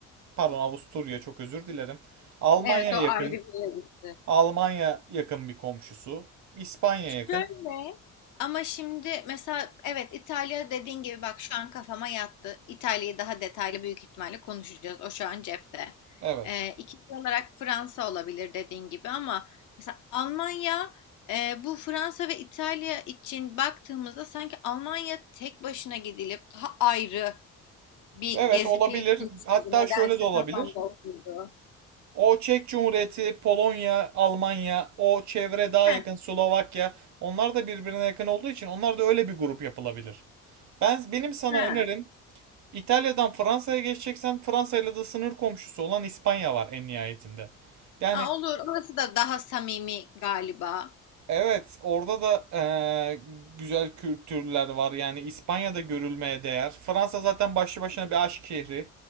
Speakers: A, on the right (about 65°); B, on the left (about 80°).
A: Pardon Avusturya çok özür dilerim. Almanya
B: Evet, o
A: yakın,
B: ayrı bir yere gitti.
A: Almanya yakın bir komşusu. İspanya
B: Şöyle
A: yakın.
B: ama şimdi mesela evet İtalya dediğin gibi bak şu an kafama yattı. İtalya'yı daha detaylı büyük ihtimalle konuşacağız. O şu an cepte.
A: Evet.
B: Ee, ikinci olarak Fransa olabilir dediğin gibi ama mesela Almanya e, bu Fransa ve İtalya için baktığımızda sanki Almanya tek başına gidilip daha ayrı bir
A: Evet
B: gezi
A: olabilir.
B: planıymış
A: Hatta
B: gibi nedense
A: şöyle de olabilir.
B: kafamda oturdu.
A: O Çek Cumhuriyeti, Polonya, Almanya, o çevre daha
B: Heh,
A: yakın Slovakya. Onlar da birbirine yakın olduğu için onlar da öyle bir grup yapılabilir. Ben benim sana
B: heh.
A: önerim İtalya'dan Fransa'ya geçeceksen Fransa ile de sınır komşusu olan İspanya var en nihayetinde. Yani
B: Aa, olur orası da daha samimi galiba.
A: Evet, orada da eee, güzel kültürler var. Yani İspanya'da görülmeye değer. Fransa zaten başlı başına bir aşk şehri.